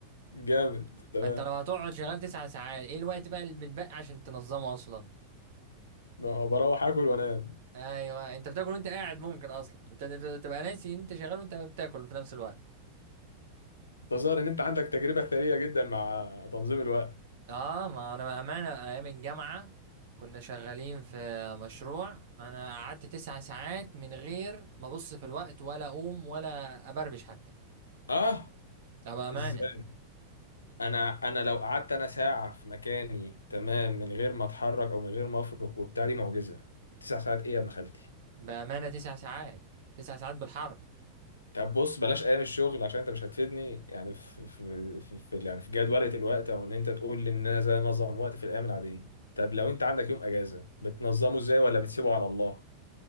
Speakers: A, on the left (about 75°); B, on the right (about 55°).
A: جامد تمام
B: فانت لو هتقعد شغال تسع ساعات ايه الوقت بقى اللي بتبقى عشان تنظمه اصلا
A: ما هو بروح اكل وانام
B: ايوه انت بتاكل وانت قاعد ممكن اصلا انت تبقى ناسي ان انت شغال وانت بتاكل في نفس الوقت
A: انت ظاهر ان انت عندك تجربة ثرية جدا مع تنظيم الوقت
B: اه ما انا بامانه ايام الجامعه كنا شغالين في مشروع انا قعدت تسع ساعات من غير ما ابص في الوقت ولا اقوم ولا ابربش حتى
A: اه
B: لا بامانه
A: ازاي انا انا لو قعدت انا ساعة في مكاني تمام من غير ما اتحرك او من غير ما افرك وبتاع دي معجزة تسع ساعات ايه يا ابن خالتي
B: بامانه تسع ساعات تسع ساعات بالحرف
A: طب بص بلاش ايام الشغل عشان انت مش هتفيدني يعني في في في في يعني في جدولة الوقت او ان انت تقول لي ان انا ازاي انظم وقت في الايام العادية طب لو انت عندك يوم اجازة بتنظمه ازاي ولا بتسيبه على الله